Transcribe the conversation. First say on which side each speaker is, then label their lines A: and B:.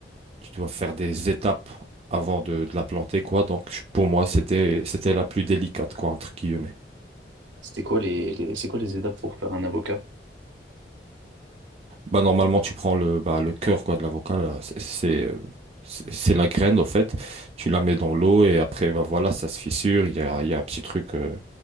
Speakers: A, on the right; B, on the right.
A: tu dois faire des étapes avant de, de la planter, quoi. Donc, je- pour moi, c'était, c'était la plus délicate, quoi, entre guillemets.
B: C'était quoi les, les- c'est quoi les étapes pour faire un avocat?
A: Bah, normalement, tu prends le, bah, le cœur, quoi, de l'avocat, là. C'est, c'est, euh, c'est c'est la graine, au fait. Tu la mets dans l'eau et après, bah voilà, ça se fissure. Il y a, il y a un petit truc. euh,